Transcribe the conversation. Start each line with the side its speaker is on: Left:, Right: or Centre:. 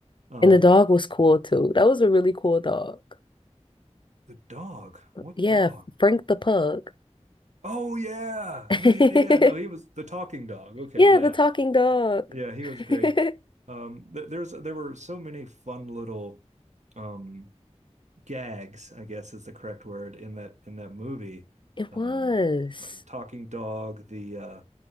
Right: Um,
Left: And the dog was cool too. That was a really cool dog.
Right: the dog. What
Left: Yeah,
Right: dog?
Left: Frank the pug.
Right: Oh yeah.
Left: <laughs>
Right: Yeah, yeah, yeah. No, he was the talking dog. Okay,
Left: Yeah,
Right: yeah.
Left: the talking dog.
Right: Yeah, he was great.
Left: <laughs>
Right: Um, th there's there were so many fun little um gags, I guess is the correct word in that in that movie.
Left: It
Right: Um,
Left: was.
Right: like talking dog, the uh